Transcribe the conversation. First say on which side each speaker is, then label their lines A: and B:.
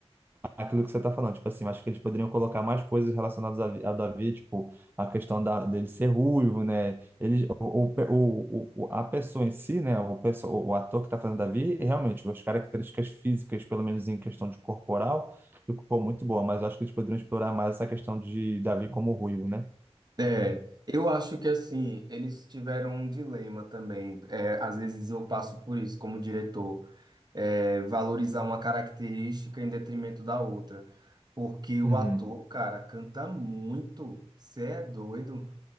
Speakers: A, on the right; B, on the right.
A: aquilo que você está falando, tipo assim, eu acho que eles poderiam colocar mais coisas relacionadas a, Vi- a Davi, tipo, a questão da, dele ser ruivo, né? ele o, o, o, o- a pessoa em si, né? O, perso- o ator que está fazendo Davi, realmente, as características físicas, pelo menos em questão de corporal, ficou muito boa, mas eu acho que eles poderiam explorar mais essa questão de Davi como ruivo, né?
B: É, eu acho que assim, eles tiveram um dilema também. É, às vezes eu passo por isso como diretor. é, valorizar uma característica em detrimento da outra. Porque o
A: Uhum.
B: ator, cara, canta muito. Você é doido?